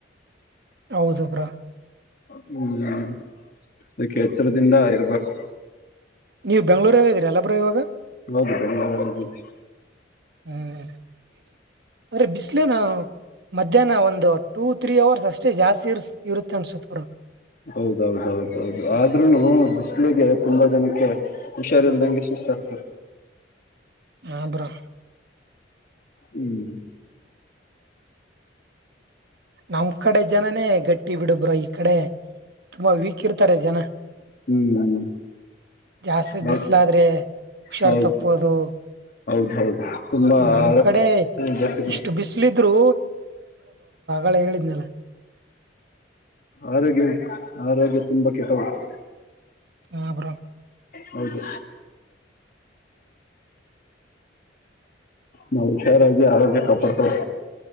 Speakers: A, on the right; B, on the left.
A: ಹೌದು ಬ್ರೋ.
B: ಹ್ಮ್ ಅದಕ್ಕೆ ಎಚ್ಚರದಿಂದ ಇರ್ಬೇಕು
A: ನ್ಯೂ ಬೆಂಗಳೂರಲ್ಲಿ ಇದ್ದೀರಲ್ಲ ಬ್ರೋ ಇವಾಗ
B: ಹೌದು ಬೆಂಗಳೂರಲ್ಲಿದ್ದೀವಿ.
A: ಹ್ಮ್ ಅ್ರೆ ಬಿಸ್ಲ ನಾು ಮಧ್ಯಾಹ್ನ ಒಂದು ಟೂ ತ್ರೀ ಅವರ್ಸ್ ಅಷ್ಟೇ ಜಾಸ್ತಿ ಇರ್ ಇರುತ್ತನಿಸುತ್ತ್ ಬ್ರೋ.
B: ಹೌದೌದೌದೌದು ಆದ್ರೂನು ಬಿಸ್ಲಗೆ ತುಂಬಾ ಜನಕ್ಕೆ ಹುಷಾರಿಲ್ದಂಗೆ ಸುಸ್ತ ಆಗ್ತಾರೆ.
A: ಹಾ ಬ್ರೋ
B: ಹ್ಮ್
A: ನಮ್ ಕಡೆ ಜನನೇ ಗಟ್ಟಿ ಬಿಡ ಬ್ರ ಈ ಕಡೆ ತುಂಬಾ ವೀಕ್ ಇರ್ತಾರೆ ಜನ
B: ಹ್ಮ್
A: ಜಾಸ್ತಿ
B: ಹೌ
A: ಬಿಸಿಲಾದ್ರೆ ಹುಷಾರ್
B: ಹೌದು
A: ತಪ್ಪೋದು
B: ಹೌದು ಹೌದು ತುಂಬಾ
A: ನಮ್
B: ಆರೋಗ್ಯ
A: ಕಡೆ
B: ಜಾಸ್ತಿ ಬರುತ್ತೆ
A: ಇಷ್ಟು ಬಿಸಿಲ ಇದ್ರು <unintelligible> ಹೇಳಿದ್ನಲ್ಲ
B: ಆರೋಗ್ಯ ಆರೋಗ್ಯ ತುಂಬ ಕೆಟ್ಟ ಹೋಗುತ್ತೆ
A: ಹ ಬ್ರೋ
B: ಹೌದು ನಾವು ಹುಷಾರಾಗಿ ಆರೋಗ್ಯ ಕಾಪಾಡ್ತವೆ